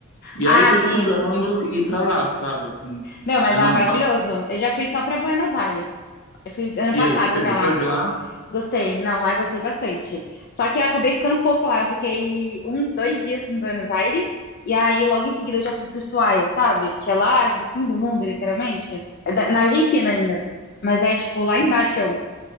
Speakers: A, on the left (about 70°); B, on the left (about 45°).
A: E
B: Ah,
A: aí eu tô estudando
B: sim.
A: ir para lá, sabe, assim.
B: Meu, mas
A: É,
B: lá
A: não,
B: é maravilhoso.
A: tá...
B: Eu já fui só pra Buenos Aires. Eu fiz ano
A: E
B: passado
A: aí, você
B: pra
A: gostou
B: lá.
A: de lá?
B: Gostei. Não, lá eu gostei bastante. Só que eu acabei ficando pouco lá. Eu fiquei um, dois dias em Buenos Aires. E aí, logo em seguida, eu já fui pro Ushuaia, sabe? Que é lá no fim do mundo, literalmente. É da- na Argentina ainda. Mas é, tipo, lá embaixo.